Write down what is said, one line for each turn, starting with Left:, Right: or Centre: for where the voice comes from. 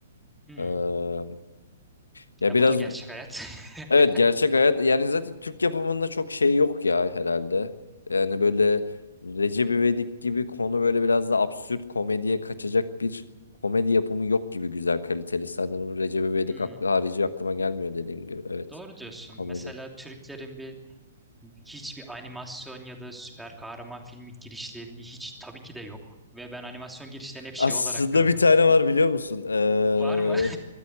Centre: Hmm.
Left: E, ya
Centre: E
Left: biraz
Centre: bu da gerçek hayat.
Left: Evet
Centre: <laughs>
Left: gerçek hayat yani zaten Türk yapımında çok şey yok ya herhalde. Yani böyle Recep İvedik gibi konu böyle biraz da absürt komediye kaçacak bir komedi yapımı yok gibi güzel kaliteli. Sanırım Recep İvedik
Centre: Hmm.
Left: aklı harici aklıma gelmiyor dediğim gibi evet
Centre: Doğru diyorsun.
Left: komedi.
Centre: Mesela Türklerin bir hiçbir animasyon ya da süper kahraman filmi girişlerini hiç tabii ki de yok. Ve ben animasyon girişlerini hep şey
Left: Aslında
Centre: olarak gördüm.
Left: bir tane var biliyor musun? Ee,
Centre: Var mı?